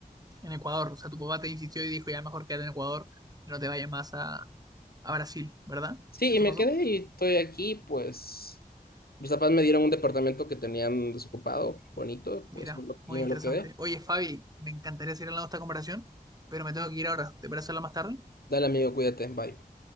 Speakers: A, on the right; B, on the left.
A: en Ecuador. O sea, tu papá te insistió y dijo, ya mejor quédate en Ecuador y no te vayas más a, a Brasil, ¿verdad?
B: Sí,
A: ¿Eso
B: y me
A: pasó?
B: quedé y estoy aquí, pues mis papás me dieron un departamento que tenían desocupado, bonito,
A: Mira,
B: pues me lo-
A: muy
B: y me
A: interesante.
B: lo quedé.
A: Oye, Fabi, me encantaría seguir hablando de esta comparación, pero me tengo que ir ahora. ¿Te parece hablar más tarde?
B: Dale, amigo, cuídate, bye.